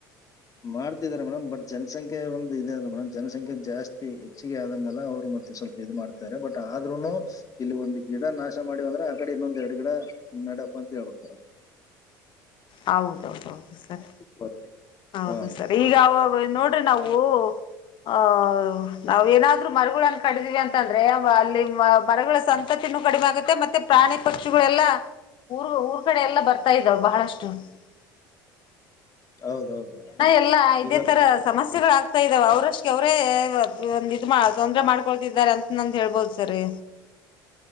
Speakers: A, on the left; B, on the left.
A: ಮಾಡ್ತಿದ್ದಾರೆ ಮೇಡಮ್ ಬಟ್ ಜನಸಂಖ್ಯೆ ಒಂದು ಇದೆ ಅಲ ಮೇಡಮ್ ಜನಸಂಖ್ಯೆ ಜಾಸ್ತಿ ಹೆಚ್ಚಿಗೆ ಆದಂಗಲ್ಲ ಅವ್ರು ಮತ್ತೆ ಸ್ವಲ್ಪ. ಇದು ಮಾಡ್ತಾರೆ ಬಟ್ ಆದ್ರೂನು. ಇಲ್ಲಿ ಒಂದ್ ಗಿಡ ನಾಶ ಮಾಡಿ ಅಂದ್ರ ಆಕಡೆ ಎರಡ್ ಗಿಡ ನೇಡಬೇಕು ಅಂತಹೇಳಬೇಕು.
B: ಹೌದೌದೌದು ಸರ್
A: ಆತರ
B: ಹೌದು
A: ಹಾ
B: ಸರ್ ಈಗ ನೋಡ್ರಿ ನಾವು. ಹ ನಾವ್ ಏನಾದ್ರು ಮರಗಳನ್ನ ಕಡಿತಿದಿವಿ ಅಂತಂದ್ರೆ ಅಲ್ಲಿ ಮರಗಳ ಸಂಖ್ಯೆ. ತಿನ್ನು ಕಡಿಮೆ ಆಗುತ್ತೆ ಮತ್ತೆ ಪ್ರಾಣಿ ಪಕ್ಷಿಗಳೆಲ್ಲ ಊರು ಊರ್ ಕಡೆ ಎಲ್ಲ ಬರ್ತಾ ಇದವೆ ಬಹಳಷ್ಟು. <unintelligible>
A: ಹೌದೌದು ಮೇಡಮ್
B: ಎಲ್ಲ ಇದೇ
A: ಈಗ
B: ತರ ಸಮಸ್ಯೆಗಳುಾಗಗ್ತಾ ಇದಾವ ಅವರಷ್ಟಗೆ ಅವರೇ ಇಲ್ಲ ತೊಂದ್ರ ಮಾಡ್ಕೊಳ್ತಿದ್ದಾರೆ ಅಂತ. ನಂದು ಹೇಳ್ಬೋದು ಸರಿ